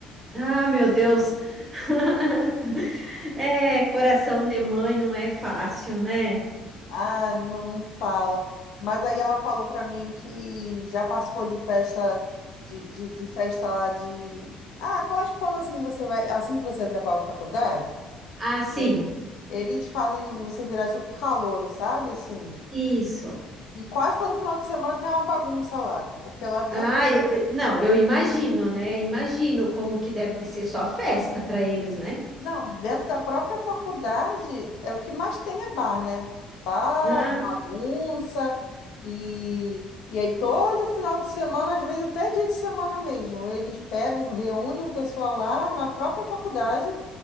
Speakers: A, on the right; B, on the left.
A: Ah, meu Deus. <laughs> É, coração de mãe não é fácil, né?
B: Ah, não, não fala. Mas aí ela falou pra mim que já participou de festa, de, de, de festa lá de. Ah, aquelas quando assim você vai, é assim que você atrapalha a faculdade,
A: Ah, sim,
B: É. eles fazem você virar tipo calouro, sabe? Assim.
A: isso.
B: E quase todo final de semana tem uma bagunça lá. Porque lá dentro
A: Ah, eu- eu- não, eu imagino, né? Imagino como que deve de ser só festa para eles, né?
B: Não, dentro da própria faculdade, é o que mais tem é bar, né? Bar,
A: Ah,
B: bagunça, e, e aí todo final de semana, às vezes até dia de semana mesmo, eles pegam, reúnem o pessoal lá na própria faculdade